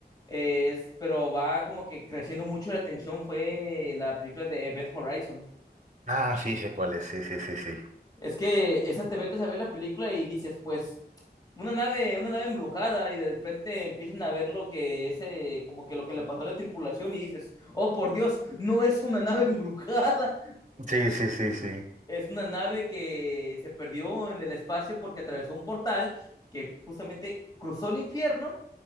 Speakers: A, on the left; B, on the right.
A: eh, es, pero va como que creciendo mucho la tensión fue la película de Event Horizon.
B: Ah, sí, sé cuál es, sí, sí, sí, sí.
A: Es que esa te metes a ver la película y dices, pues, una nave, una nave embrujada, y de repente empiezan a ver lo que ese, como que lo que le pasó a la tripulación, y dices, oh por Dios, no es una nave <laughs> embrujada,
B: Sí, sí, sí, sí.
A: es una nave que se perdió en el espacio porque atravesó un portal que justamente cruzó el infierno,